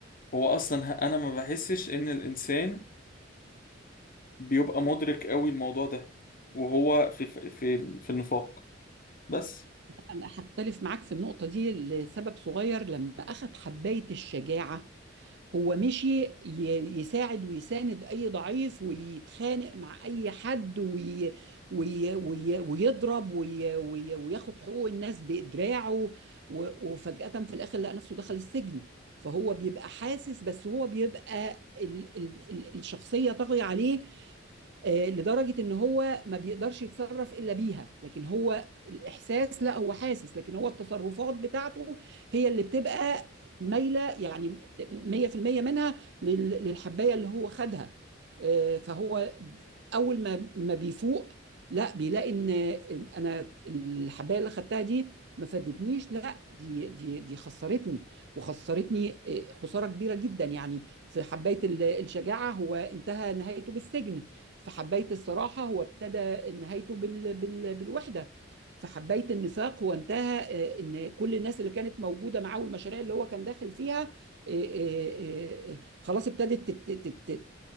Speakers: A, on the left; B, on the right.
A: هو اصلا ه- انا ما بحسش ان الانسان بيبقى مدرك قوي الموضوع ده وهو في في في في النفاق بس
B: انا هختلف معاك في النقطه دي لسبب صغير لما اخذ حبايه الشجاعه هو مشي ي- يساعد ويساند اي ضعيف ويتخانق مع اي حد وي وي وي ويضرب وي وي وياخد حقوق الناس بإدراعه و- وفجأة في الاخر لقى نفسه دخل السجن فهو بيبقى حاسس بس هو بيبقى ال ال ال الشخصية طاغية عليه آه، لدرجة ان هو ما بيقدرش يتصرف الا بيها لكن هو الاحساس لا هو حاسس لكن هو التصرفات بتاعته هي اللي بتبقى مايلة يعني 100% منها لل- للحباية اللي هو خدها آه، فهو ب- اول ما ما بيفوق لا بيلاقي ان إن انا الحباية اللي خدتها دي ما فادتنيش لا دي دي دي خسرتني وخسرتني آه، خسارة كبيرة جدا يعني في حباية ال- الشجاعة هو انتهى نهايته بالسجن في حباية الصراحة هو ابتدى نهايته بال... بال... بالوحدة في حباية النفاق هو انتهى آه، ان كل الناس اللي كانت موجودة معاه والمشاريع اللي هو كان داخل فيها آه، آه، آه، آه، خلاص ابتدت تت- تت-